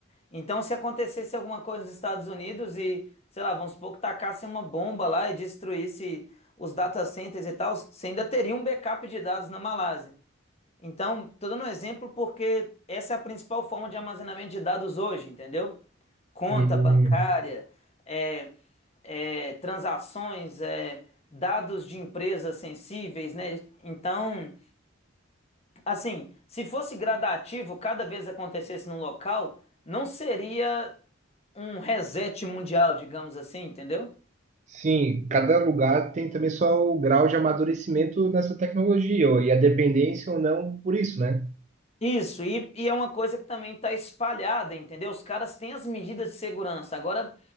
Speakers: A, on the left; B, on the right.
A: Então, se acontecesse alguma coisa nos Estados Unidos e, sei lá, vamos supor que tacassem uma bomba lá e destruísse os data centers e tal, você ainda teria um backup de dados na Malásia. Então, tô dando um exemplo porque essa é a principal forma de armazenamento de dados hoje, entendeu? Conta
B: Hum.
A: bancária, é, é, transações, é, dados de empresas sensíveis, né? Então, Assim, se fosse gradativo, cada vez acontecesse num local, não seria um reset mundial, digamos assim, entendeu?
B: Sim, cada lugar tem também só o grau de amadurecimento nessa tecnologia, ou- e a dependência ou não por isso, né?
A: Isso, e, e é uma coisa que também está espalhada, entendeu? Os caras têm as medidas de segurança. Agora,